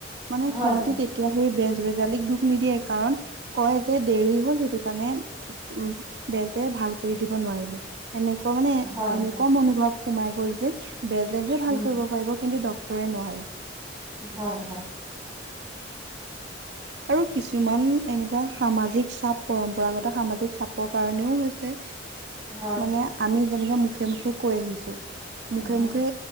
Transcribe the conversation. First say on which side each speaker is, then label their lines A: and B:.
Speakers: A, on the right; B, on the right.
A: মানে
B: হয়
A: সিহতি
B: হয়
A: তেতিয়া সেই বেজ বেজনি জালিক দুখ নিদিয়ে কাৰণ কয় যে দেৰি হল সেইটো কাৰণে ঠিক বেজে ভাল কৰি দিব। নোৱাৰিলে এনেকুৱা মানে
B: হয়
A: এনেকুৱা
B: হয়
A: মনোভাৱ সোমাই গল যে বেজেহে ভাল
B: উম
A: কৰিব পাৰিব কিন্তু ডক্টৰে নোৱাৰে।
B: হয় হয়।
A: আৰু কিছুমান এনেকুৱা সামাজিক চাপ পৰম্পৰাগত সামাজিক চাপৰ কাৰণেও হৈছে।
B: হয়
A: মানে আমি যেনেকে মুখে মুখে কৈ আহিছো, মুখে
B: হয়
A: মুখে